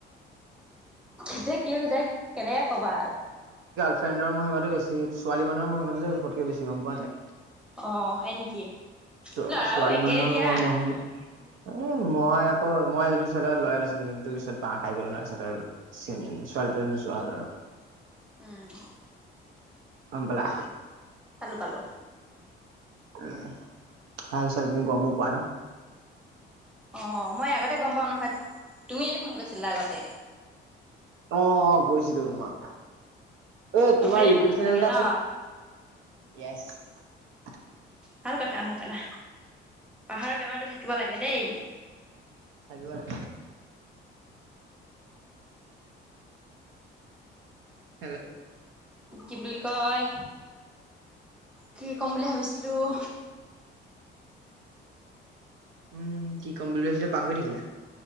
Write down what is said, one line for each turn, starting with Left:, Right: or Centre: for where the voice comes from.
Centre: কেতিয়া কিহৈ যায়, কেনেকে ক'বা।
Right: ফ্ৰেডৰ মহিমাটো বেছি, ছোৱালী মানুহৰ মহিমাটো যে, জোখতকৈ বেছি গম পোৱা নাই?
Centre: অ', হয়, নেকি?
Right: চো-ছোৱালী
Centre: ল'ৰাও একে
Right: মানুহৰ
Centre: দিয়া।
Right: মহিমা এ, মই আকৌ মই এজনী ছোৱালী লয়েল আছিলোঁ, কিন্তু পিছত বাঁহ খাই গ'লো ন' পিছত আৰু চিন-ছোৱালী টোৱালী নোচোৱা হ'লো আৰু
Centre: উম।
Right: গম পালা?
Centre: পালোঁ, পালোঁ।
Right: উম, ভাল ছোৱালী তুমি গমো পোৱা ন?
Centre: অ', মই আগতে গম পাওঁ নহয়, তুমিয়ে দেখোন কৈছিলা আগতে।
Right: অ', অ', গৈছিলোঁ তোমাক। এই,
Centre: পাহৰিয়ে
Right: তোমাৰ ইউটিউব
Centre: পালা
Right: চেনেল
Centre: চাগে ন?
Right: আছিল ইয়েছ।
Centre: ভাল কথা, ভাল কথা। পাহৰা বেমাৰতো থাকিব লাগে দেই।
Right: থাকিব লাগে হেল্ল'
Centre: কি বুলি কয়, কি কম বুলি ভাবিছিলোঁ
Right: উম, কি কম বুলি ভাবিছিলা পাহৰি থাকিলা।